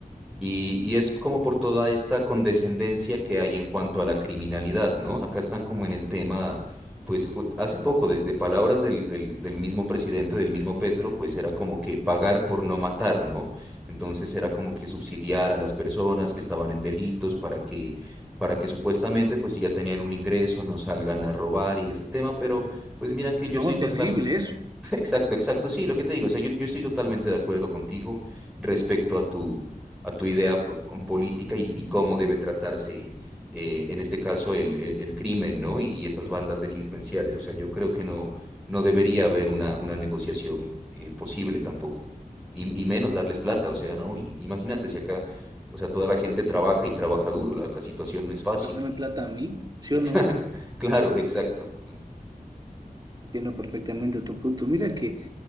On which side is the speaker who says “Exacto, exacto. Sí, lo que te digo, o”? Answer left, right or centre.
Centre